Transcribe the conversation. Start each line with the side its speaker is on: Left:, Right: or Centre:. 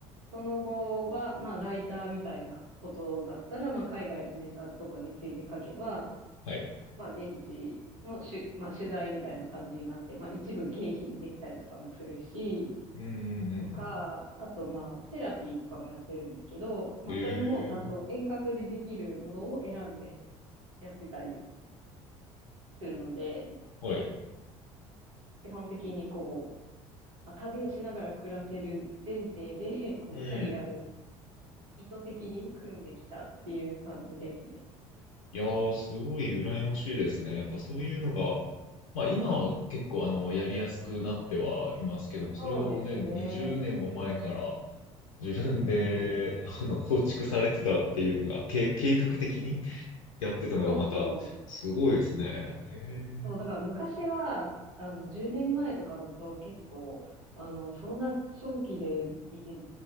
Right: その後は、まあ、ライターみたいなことだったら、まあ、海外のネタとかについて書けば、
Left: はい。
Right: まあ、現地のしゅ、まあ、取材みたいな感じになって、まあ、一部経費にできたりとかもするし、
Left: うんうんうんうん。
Right: とか、あと、まあ、セラピーとかもやってるんですけど、まあ、
Left: ええ
Right: それもちゃんと遠隔でできるものを選んでやってたりするので、
Left: はい。
Right: 基本的にこう、まあ旅をしながら暮らせる前提で、こう、
Left: うん。
Right: キャリアを意図的に組んできたっていう感じですね。
Left: いやー、すごい羨ましいですね。やっぱそういうのが、まあ今は結構あの、やりやすくなってはいますけども、それをね、
Right: そうですね。
Left: もう20年も前から自分で、
Right: うん。
Left: あの、構築されてたっていうのが、け、計画的にやってたのがまた、
Right: そうそう。
Left: すごいですね。へえ。
Right: そう、だから昔は、あの、10年前とかだと結構、あの、そんな長期でいて、